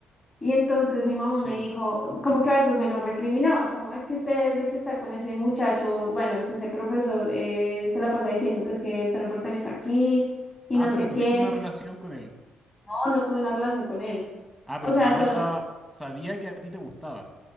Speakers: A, on the left; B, in the centre.
A: Y entonces mi mamá
B: Sí.
A: me dijo, como que a veces me lo recriminaba, como es que usted desde que está con ese muchacho, bueno, es ese profesor, eh, se la pasa diciendo que es que usted no pertenece aquí y
B: Ah,
A: no
B: pero
A: sé
B: tuviste
A: qué.
B: una relación con él.
A: No, no tuve una relación con él.
B: Ah,
A: O
B: pero
A: sea,
B: tu mamá
A: solo,
B: estaba, sabía que a ti te gustaba.